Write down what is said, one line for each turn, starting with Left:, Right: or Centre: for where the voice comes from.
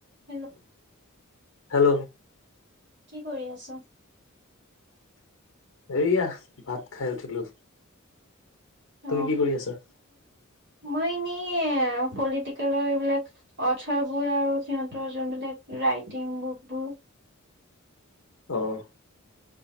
Right: Hello?
Left: Hello?
Right: কি কৰি আছা?
Left: এইয়া ভাত খাই উঠিলো।
Right: অ',
Left: তুমি কি কৰি আছা?
Right: মই এনে পলিটিকেলৰ এইবিলাক অথাৰবোৰ আৰু সিহঁতৰ যোনবিলাক ৰাইটিং বুকবোৰ
Left: অ'